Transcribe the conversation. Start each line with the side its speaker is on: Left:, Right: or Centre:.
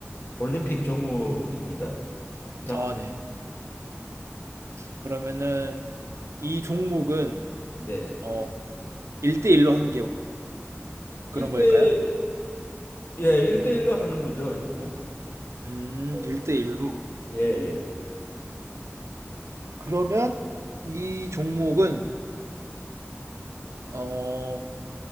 Left: 올림픽 종목입니다. 자,
Right: 아 네. 그러면은 이 종목은
Left: 네.
Right: 어 1 대1로 하는 게 그런
Left: 일대
Right: 걸까요?
Left: 예, 일대일로 하는 거죠, 이거는.
Right: 음
Left: 네.
Right: 1대1 로.
Left: 예, 예.
Right: 그러면 이 종목은 어